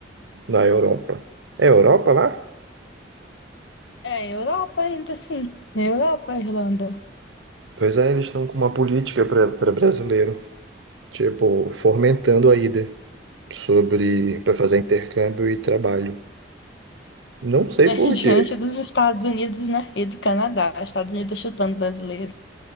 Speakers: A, on the right; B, on the left.
A: na Europa. É Europa lá?
B: É, Europa ainda assim. Europa, Irlanda.
A: Pois é, eles estão com uma política para brasileiro, tipo, fomentando a ida sobre para fazer intercâmbio e trabalho. Não sei
B: É
A: por
B: <laughs>
A: quê.
B: diante dos Estados Unidos, né? E do Canadá. Estados Unidos tá chutando brasileiro.